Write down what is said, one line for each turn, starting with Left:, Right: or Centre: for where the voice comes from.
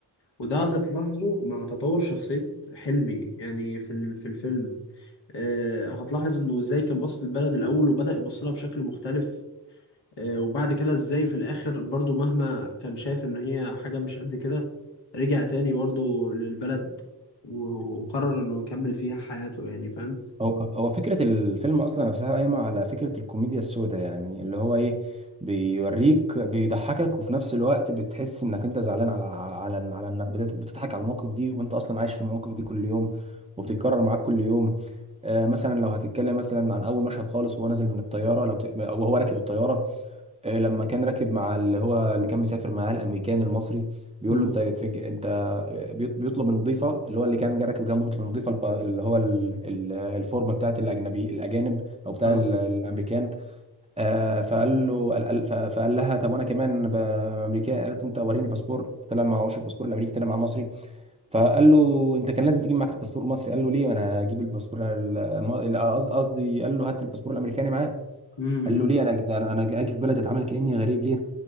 Left: وده هتلاحظه مع تطور شخصية حلمي يعني في ال- في الفيلم أه، هتلاحظ إنه إزاي كان باصص للبلد الأول وبدأ يبص لها بشكل مختلف آه، وبعد كده ازاي في الاخر برضو مهما كان شايف ان هي حاجة مش قد كده رجع تاني برضو للبلد و- وقرر انه يكمل فيها حياته يعني فاهم
Right: هو هو فكرة الفيلم أصلا نفسها قايمة على فكرة الكوميديا السوداء يعني اللي هو إيه بيوريك بيضحكك وفي نفس الوقت بتحس إنك أنت زعلان على على على إنك بتت- بتضحك على المواقف دي وأنت أصلا عايش في المواقف دي كل يوم وبتتكرر معاك كل يوم آه مثلا لو هتتكلم مثلا عن أول مشهد خالص وهو نازل من الطيارة لو ت... وهو راكب الطيارة آه لما كان راكب مع اللي هو اللي كان مسافر معاه الأمريكان المصري بيقول
Left: مم.
Right: له أنت في... أنت بيط- بيطلب من المضيفه اللي هو اللي كان جاي راكب جنبه بيطلب من المضيفه الب- اللي هو ال- ال- الفورم بتاعت الاجنبي الاجانب او بتاع
Left: اه
Right: ال- الامريكان آه، فقال له قال- قال- ف- فقال لها طب وانا كمان ب- امريكان قالت له انت وريني الباسبور طلع معهوش الباسبور الامريكي طلع مع المصري فقال له انت كان لازم تجيب معاك الباسبور المصري قال له ليه انا اجيب الباسبور الم- قصدي قصدي- قال له هات الباسبور الامريكاني معاك
Left: امم
Right: قال له ليه انا انا انا اجي في بلدي اتعامل كاني غريب ليه